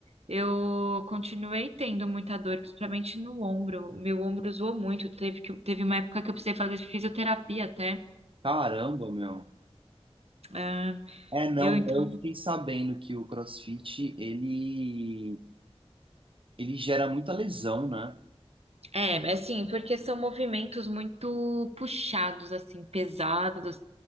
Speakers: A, on the right (about 75°); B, on the right (about 55°).
A: Eu continuei tendo muita dor, principalmente no ombro. Meu ombro zoou muito. Teve, que, teve uma época que eu precisei fazer fisioterapia até.
B: Caramba, meu.
A: Ah,
B: É, não,
A: eu então.
B: eu fiquei sabendo que o CrossFit, ele, ele gera muita lesão, né?
A: É, assim, porque são movimentos muito puxados, assim, pesados.